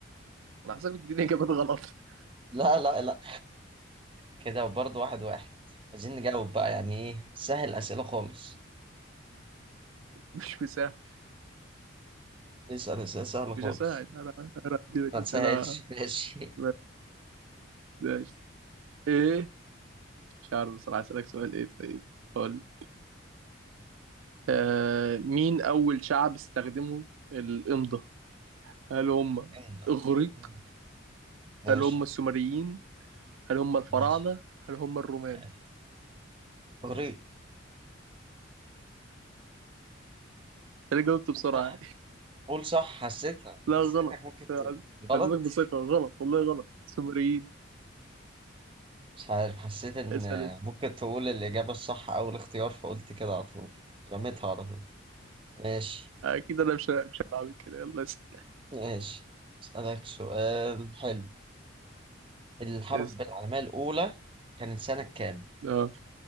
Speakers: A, on the right (about 85°); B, on the right (about 25°).
A: انا حاسسك بتديني اجابات غلط <laughs>
B: لا لا لا كده برضه واحد واحد عايزين نجاوب بقى يعني إيه سهل أسئلة خالص
A: مش مساعد
B: اسأل أسئلة سهلة خالص
A: مش هساعد انا انا هديلك
B: ما
A: اسئله
B: تسهلش <laughs> ماشي
A: ما- ماشي. ايه مش عارف بصراحة أسألك سؤال إيه طيب قول آه مين أول شعب استخدموا الإمضة؟ هل هم
B: امضى
A: الإغريق؟
B: مم. ماشي
A: هل هم السومريين؟ هل هم الفراعنة؟
B: ماشي
A: هل هم الرومان؟
B: ماشي إغريق
A: أنا جاوبت بسرعة
B: صح
A: يعني
B: قول صح حسيتها
A: <laughs> لا
B: حسيتك
A: غلط
B: ممكن تقول غلط
A: عدتك بثقة غلط والله غلط السومريين
B: مش عارف حسيت ان
A: اسأل أنت.
B: ممكن تقول الإجابة الصح أو الاختيار فقلت كده على طول رميتها على طول ماشي
A: أكيد أنا مش مش هلعب كده يلا اسأل
B: ماشي أسألك سؤال حلو الحرب
A: اسأل
B: العالمية الأولى كانت سنة كام؟
A: أه